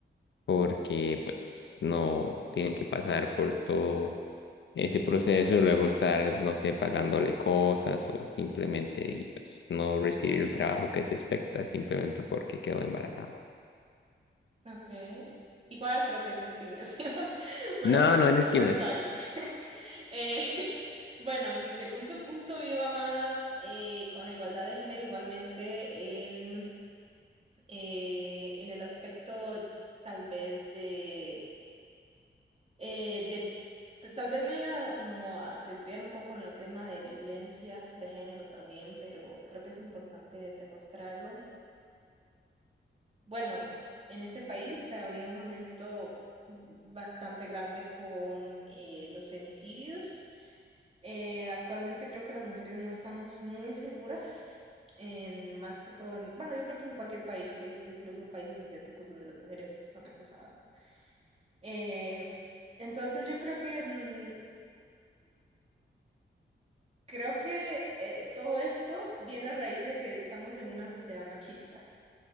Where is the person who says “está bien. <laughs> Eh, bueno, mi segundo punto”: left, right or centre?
Right